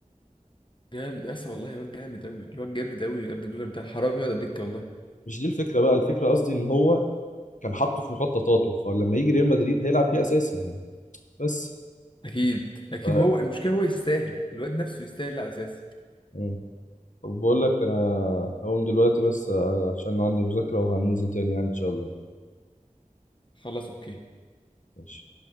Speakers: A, on the left; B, on the left.
A: جامد اسا والله الواد جامد قوي الواد جامد قوي يا ابن الجولر ده حرام يقعد على الدكه والله
B: مش دي الفكره بقى الفكره قصدي ان هو كان حاطه في مخططاته فلما يجي ريال مدريد هيلعب بيه اساسي يعني بس
A: اكيد اكيد
B: ف...
A: وهو المشكله هو يستاهل الواد نفسه يستاهل لاعب اساسي
B: مم. طب بقول لك انا هقوم دلوقتي بس آه، عشان عندي مذاكره وهننزل تاني يعني ان شاء الله
A: خلاص اوكي
B: ماشي